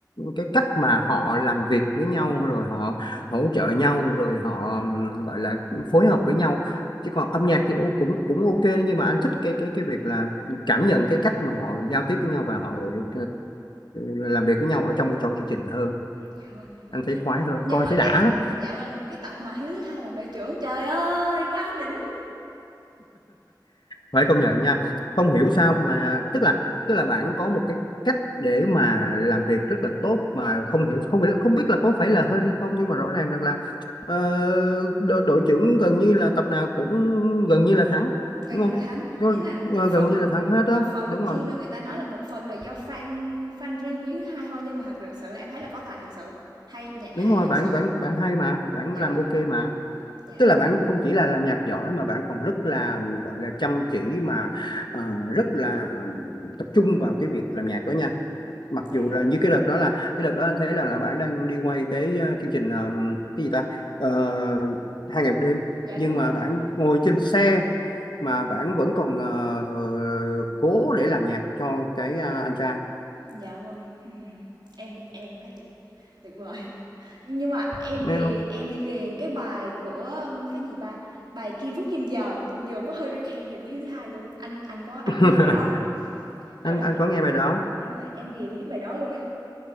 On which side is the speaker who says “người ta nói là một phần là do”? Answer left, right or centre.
Right